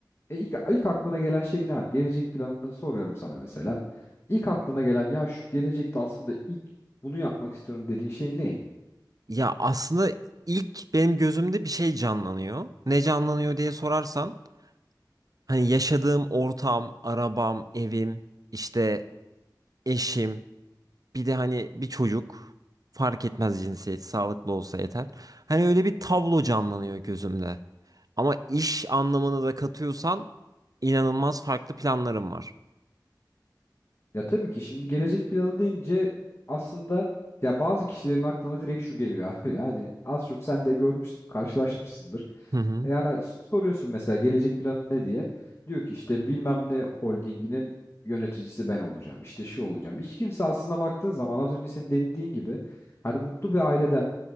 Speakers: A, on the left; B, on the right.
A: e, ilk, ilk aklına gelen şey ne abi? Gelecek planını soruyorum sana mesela. İlk aklına gelen ya şu gelecekte aslında ilk bunu yapmak istiyorum dediğin şey ne?
B: Ya aslında ilk benim gözümde bir şey canlanıyor. Ne canlanıyor diye sorarsan, hani yaşadığım ortam, arabam, evim, işte eşim, bir de hani bir çocuk fark etmez cinsiyet, sağlıklı olsa yeter. Hani öyle bir tablo canlanıyor gözümde. Ama iş anlamını da katıyorsan inanılmaz farklı planlarım var.
A: Ya tabii ki şimdi gelecek planı deyince aslında ya bazı kişilerin aklına direkt şu geliyor abi. <laughs> Yani az çok sen de görmüşsün, karşılaşmışsındır.
B: Hı hı.
A: E, Yani s- soruyorsun mesela gelecek planın ne diye. Diyor ki işte bilmem ne holdinginin yöneticisi ben olacağım. İşte şu olacağım. Hiç kimse aslına baktığın zaman az önce senin denediğin gibi hani mutlu bir aileden,